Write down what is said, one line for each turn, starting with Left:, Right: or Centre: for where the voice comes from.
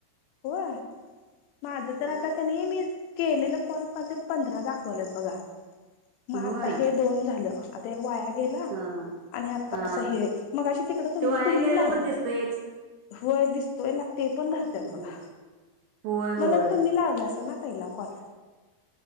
Left: होय.. माझ तर आता का नाही मी केलेलं कॉल मध्ये पंधरा दाखवालयात बघा मग आता
Right: होय
Left: हे दोन झाल आता हे वाया गेला
Right: हा
Left: आणि आता
Right: हा
Left: असं हे मगाशी अ तिकड तुमी-तुम्ही
Right: ते वाया गेलेलं
Left: लाव
Right: पण दिसतयच.
Left: होय दिसतोय ते पण धरतेत
Right: हो
Left: बघा.
Right: होय
Left: मला
Right: होय
Left: तुम्ही लावलासा ना. पहिला कोन?